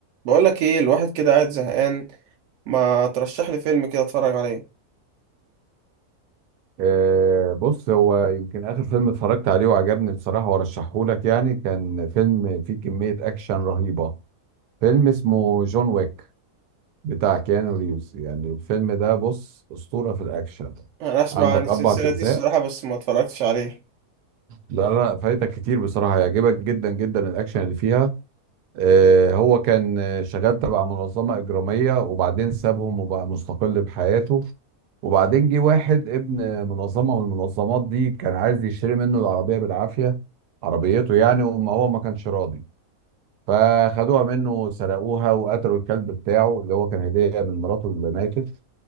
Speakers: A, on the right (about 70°); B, on the right (about 85°).
A: بقول لك ايه الواحد كده قاعد زهقان ما ترشح لي فيلم كده اتفرج عليه
B: آه، بص هو يمكن اخر فيلم اتفرجت عليه وعجبني بصراحه وارشحه لك يعني كان فيلم فيه كميه اكشن رهيبه فيلم اسمه جون ويك بتاع كيانو ريفز يعني الفيلم ده بص اسطوره في الاكشن
A: انا اسمع
B: عندك
A: عن السلسله
B: اربع اجزاء
A: دي الصراحه بس ما اتفرجتش عليه
B: لا لا فايتك كتير بصراحه هيعجبك جدا جدا الاكشن اللي فيها آه، هو كان آه، شغال تبع منظمة إجرامية وبعدين سابهم وبقى مستقل بحياته وبعدين جه واحد ابن منظمة من المنظمات دي كان عايز يشتري منه العربية بالعافية عربيته يعني وما هو ما كانش راضي فخدوها منه سرقوها وقتلوا الكلب بتاعه اللي هو كان هدية من مراته اللي ماتت